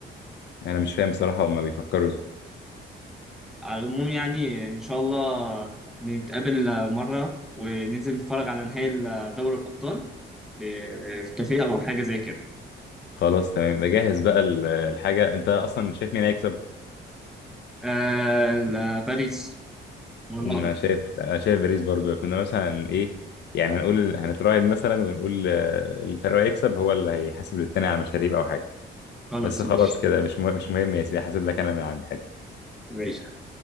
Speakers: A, on the left (about 60°); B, in the centre.
A: انا مش فاهم بصراحة هما بيفكروا ازاي
B: على العموم يعني إن شاء الله نتقابل مرة وننزل نتفرج على نهائي دوري الأبطال في في كافيه أو حاجة زي كده
A: خلاص تمام بجهز بقى ال- الحاجة انت اصلا شايف مين هيكسب
B: آه ال- باريس هو الأقرب
A: انا شايف انا شايف باريس برضو كنا مثلا ايه يعني هنقول هنتراهن مثلا ونقول آه، اللي فريقه هيكسب هو اللي هيحاسب للتاني على مشاريب او حاجة
B: خلاص
A: بس خلاص
B: مش ماشي
A: كده مش مه- مش مهم يا سيدي هحاسب لك انا من عندي
B: ماشي.